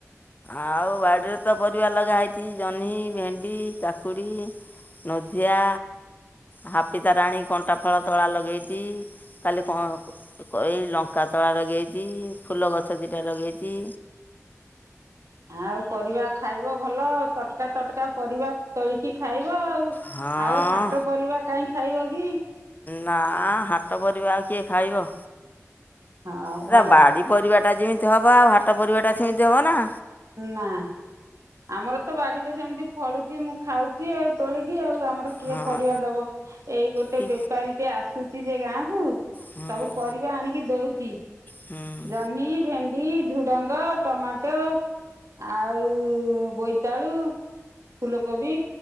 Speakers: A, on the left; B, on the right.
A: ଆଉ ବାଡ଼ିରେ ତ ପରିବା ଲଗାହେଇଚି ଜହ୍ନି, ଭେଣ୍ଡି, କାକୁଡ଼ି। ନୋଧିଆ। ହାପି ତାର ଆଣିକି କଣ୍ଟା ଫଳ ତଳା ଲଗେଇଚି, କାଲି କଣ କ ଏଇ ଲଙ୍କାତଳା ଲଗେଇଚି, ଫୁଲ ଗଛ ଦିଇଟା ଲଗେଇଚି।
B: ଆଉ ପରିବା ଖାଇବ ଭଲ ତଟକା ତଟକା ପରିବା ତୋଳିକି ଖାଇବ ଆଉ।
A: ହଁ
B: ଆଉ ହାଟ ପରିବା କାଇଁ ଖାଇବ କି?
A: ନାଁ ହାଟ ପରିବା ଆଉ କିଏ ଖାଇବ?
B: ହଁ
A: ଏରା
B: ଭଲ
A: ବାଡି ପରିବା ଟା ଯେମିତି ହବ ଆଉ ହାଟ ପରିବା ଟା ସେମିତି ହବ ନା?
B: ନାଁ। ଆମର ତ ବାଡିରେ ସେମିତି ଫଳୁଚି ମୁଁ ଖାଉଚି ଆଉ ତୋଳିକି ଆଉ ଆମର କିଏ
A: ହଁ
B: ପରିବା ଦବ? ଏଇ ଗୋଟେ
A: କି
B: ବେପାରୀ ଟେ ଆସୁଚି ଯେ ଗାଁକୁୁ
A: ହୁଁ
B: ସବୁ ପରିବା ଆଣିକି ଦଉଚି।
A: ହୁଁ
B: ଜହ୍ନି, ଭେ ଣ୍ଡି, ଝୁଡ଼ଙ୍ଗ, ଟମାଟୋ ଆଉ ଉଁ ବୋଇତାଳୁ, ଫୁଲକୋବି